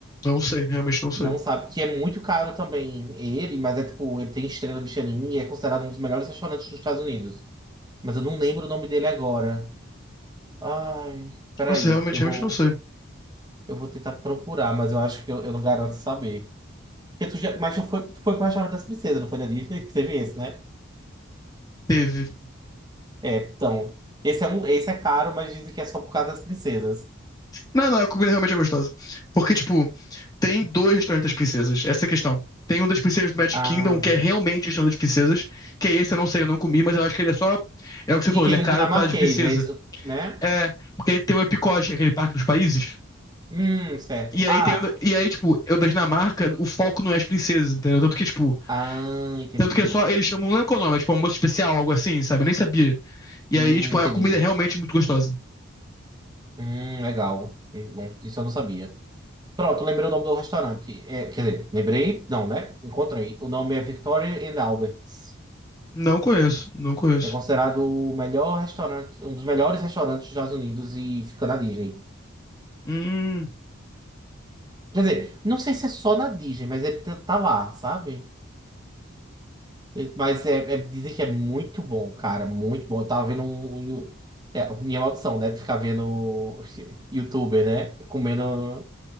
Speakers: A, on the left; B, on the right.
A: Não sei, realmente não sei.
B: Não sabe, que é muito caro também ele, mas é tipo, ele tem estrela Michelin e é considerado um dos melhores restaurantes dos Estados Unidos. Mas eu não lembro o nome dele agora. Ai, peraí,
A: Nossa, realmente,
B: eu
A: realmente
B: vou,
A: não sei.
B: eu vou tentar procurar, mas eu acho que eu, eu não garanto saber. Porque tu já, mas tu foi, tu foi pro restaurante das princesas, não foi da Disney? <laughs> Teve esse, né?
A: Teve.
B: É, então. Esse é, um, esse é caro, mas dizem que é só por causa das princesas.
A: Não, não, a comida realmente é gostosa. Porque, tipo, tem dois restaurantes das princesas, essa é a questão. Tem um das princesas do Magic
B: Ah,
A: Kingdom, que é realmente o restaurante das princesas, que é esse, eu não sei, eu não comi, mas eu acho que ele é só. É o que você
B: e
A: falou,
B: tem
A: ele é caro
B: um dinamarquês,
A: por causa de princesa.
B: é isso, né?
A: É, porque tem o Epicote, que é aquele parque dos países.
B: Hum, certo.
A: E aí
B: Ah,
A: tem. E aí, tipo, eu da Dinamarca, o foco não é as princesas, entendeu? Tanto que, tipo,
B: ah, entendi.
A: tanto que é só. Eles chamam, não lembro qual é o nome, é tipo um almoço especial, algo assim, sabe? Eu nem sabia. E
B: Hum,
A: aí, tipo,
B: entendi.
A: a comida é realmente muito gostosa.
B: Hum, legal. Hum, bom, isso eu não sabia. Pronto, lembrei o nome do restaurante. É, quer dizer, lembrei, não, né? Encontrei. O nome é Victoria and Alberts.
A: Não conheço, não conheço.
B: É considerado o melhor restaurante, um dos melhores restaurantes dos Estados Unidos e fica na Disney.
A: Hum.
B: Quer dizer, não sei se é só na Disney, mas ele tá tá lá, sabe? E- Mas é, é- dizem que é muito bom, cara, muito bom. Eu tava vendo um, um yu- é, minha maldição, né? De ficar vendo <laughs> youtuber, né? Comendo